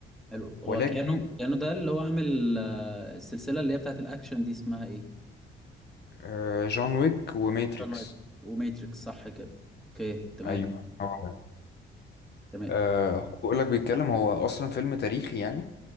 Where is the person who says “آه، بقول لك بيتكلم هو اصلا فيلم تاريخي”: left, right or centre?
Left